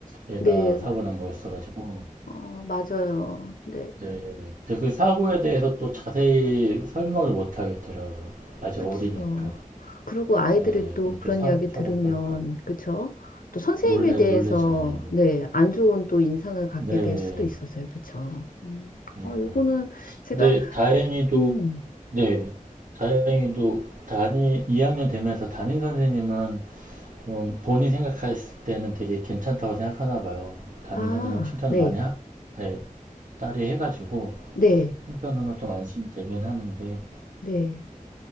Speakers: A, on the right; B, on the left.
A: 애가
B: 네.
A: 사고 난 거였어가지고.
B: 어, 맞아요. 네.
A: 네. 근데 그 사고에 대해서 또 자세히 설명을 못 하겠더라고요. 아직
B: 그쵸.
A: 어리니까.
B: 그리고 아이들이
A: 네,
B: 또
A: 그럼
B: 그런
A: 또 사업자밖에
B: 이야기 들으면,
A: 할까
B: 그쵸? 또 선생님에
A: 놀래
B: 대해서,
A: 놀래잖아요.
B: 네. 안 좋은 또 인상을 갖게
A: 네,
B: 될 수도 있어서요. 그쵸? 음.
A: 그니까요.
B: 아, 요거는 제가,
A: 근데 다행히도
B: 음,
A: 네, 다행히도 담임 2학년 되면서 담임 선생님은 좀 본인 생각했을 때는 되게 괜찮다고 생각하나 봐요. 담임
B: 아,
A: 선생님 칭찬을
B: 네.
A: 많이 하, 예, 딸이 해가지고
B: 네.
A: 한편으로는 좀 안심이 되긴 하는데
B: 네.